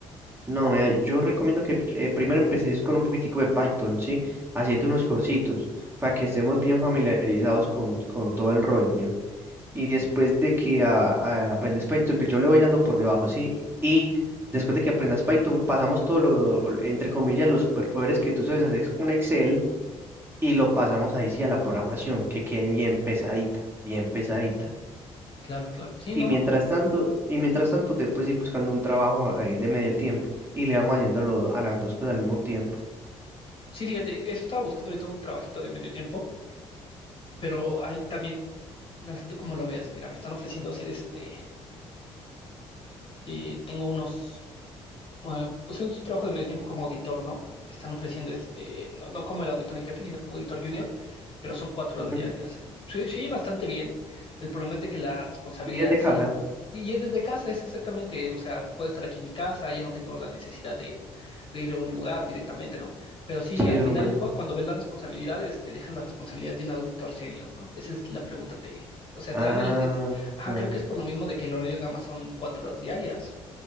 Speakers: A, on the right; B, on the left.
A: no, mira, yo recomiendo que eh, primero empecés con un poquitico de Python, ¿sí? Hacete unos cursitos para que estemos bien familiarizados con, con todo el rollo. Y después de que a- a- aprendes Python, pues yo le voy dando por debajo, ¿sí? Y después de que aprendas Python, pasamos todo lo, entre comillas, los superpoderes que tú sabes hacer con Excel y lo pasamos ahí sí a la programación, que quede bien pesadita, bien pesadita.
B: Claro, claro. Sí, no.
A: Y mientras tanto, y mientras tanto te puedes ir buscando un trabajo ahí de medio tiempo y le vamos haciendo a, lo- a las dos cosas al mismo tiempo.
B: Sí, fíjate, eso estaba buscando ahorita un trabajito de medio tiempo, pero ahí también, no sé tú cómo lo veas. Mira, me están ofreciendo hacer este, eh, tengo unos eh, pues es un trabajo de medio tiempo como auditor, ¿no? Me están ofreciendo este, no, no como el auditor en jefe, sino como auditor junior, pero son cuatro
A: Ujú.
B: horas diarias. Se, se oye bastante bien. El problema es de que la responsabilidad
A: Y desde
B: sí,
A: casa,
B: y es desde casa, es exactamente, o sea, puedo estar aquí en mi casa, ya no tengo la necesidad de, de ir a un lugar directamente, ¿no? Pero sí,
A: sí,
B: al
A: eso
B: final,
A: es lo bueno.
B: cu- cuando ves las responsabilidades, te dejan la responsabilidad de un auditor senior, ¿no? Esa es la pregunta, te, o sea,
A: Ah,
B: te dan el, te- te- ajá,
A: ya.
B: creo que es por lo mismo de que el horario nada más son cuatro horas diarias.